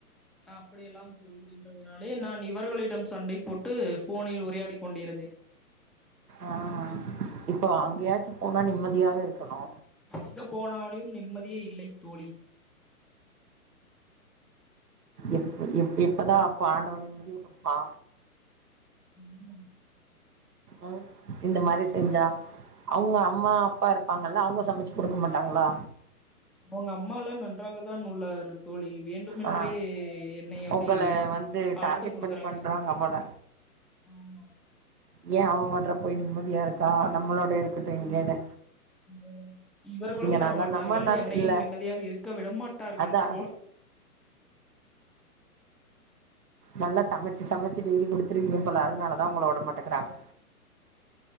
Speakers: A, in the centre; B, on the right.
A: அ அப்படியெல்லாம் சொல்கின்றதுனாலே நான் இவர்களிடம் சண்டை போட்டு ஃபோனில் உரையாடி கொண்டிருந்தேன்
B: ஆஹ் இப்ப அங்கயாச்சு போனா நிம்மதியாக இருக்கணு
A: அங்க போனாலியும் நிம்மதியே இல்லை தோழி
B: எப் இப் எப்பதா அப்ப ஆண்டவ நிம்மதிய குடுப்பா
A: ஆமா
B: ஆஹ் இந்த மாரி செஞ்சா அவுங்க அம்மா அப்பா இருப்பாங்கல்ல அவுங்க சமைச்சு குடுக்க மாட்டாங்களா
A: அவுங்க அம்மாலா நன்றாக தான் உள்ளாரு தோழி வேண்டுமென்றே
B: ஆ
A: என்னை அப்டி
B: உங்கள வந்து
A: அழுத்தம்
B: டார்கெட்
A: குடுக்கறாங்க
B: பண்ணி பண்றாங்க போல
A: ஆமா
B: ஏ அவ மட்ற போய் நிம்மதியா இருக்கா நம்மளோட இருக்கட்டு இங்கேன்னு
A: ம் இவர்களும்
B: இங்க
A: வரமாட்டார்கள்
B: நல்லா நம்ம ந
A: என்னையும்
B: இல்ல
A: நிம்மதியாக இருக்க விடமாட்டார்கள்
B: அதா
A: போல்
B: நல்லா சமைச்சு
A: செய்வது
B: சமைச்சு டெய்லி குடுத்துருவீங்க இல்ல அதனாலதா உங்கள உட மாட்டேங்குறாங்க